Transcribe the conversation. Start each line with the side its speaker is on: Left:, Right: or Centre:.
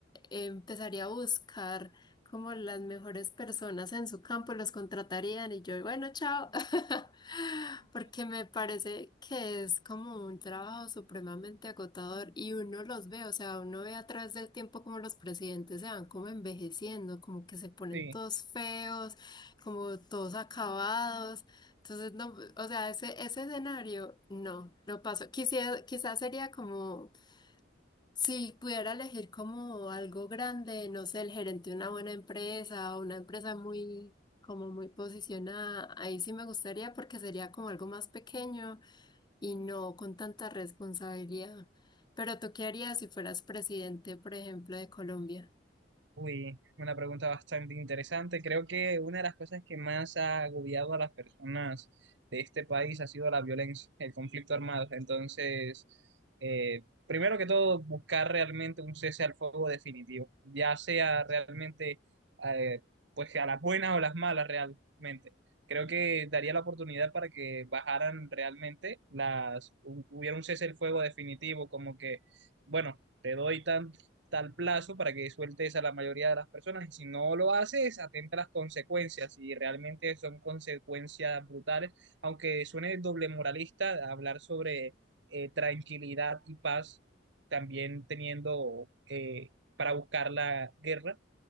Left: empezaría a buscar como las mejores personas en su campo, los contratarían y yo, bueno, chao. <laughs> Porque me parece que es como un trabajo supremamente agotador y uno los ve, o sea, uno ve a través del tiempo como los presidentes se van como envejeciendo, como que se ponen
Right: Sí.
Left: todos feos, como todos acabados. Entonces, no, o sea, ese, ese escenario, no, lo paso. Quisiera, quizás sería como si pudiera elegir como algo grande, no sé, el gerente de una buena empresa o una empresa muy, como muy posicionada, ahí sí me gustaría porque sería como algo más pequeño y no con tanta responsabilidad. Pero ¿tú qué harías si fueras presidente, por ejemplo, de Colombia?
Right: Uy, una pregunta bastante interesante. Creo que una de las cosas que más ha agobiado a las personas de este país ha sido la violencia, el conflicto armado. Entonces, eh, primero que todo, buscar realmente un cese al fuego definitivo, ya sea realmente, eh, pues a las buenas o las malas realmente. Creo que daría la oportunidad para que bajaran realmente las, hu- hubiera un cese al fuego definitivo, como que, bueno, te doy tanto tal plazo para que sueltes a la mayoría de las personas. Y si no lo haces, atenta a las consecuencias. Y realmente son consecuencias brutales. Aunque suene doble moralista hablar sobre eh, tranquilidad y paz, también teniendo eh, para buscar la guerra,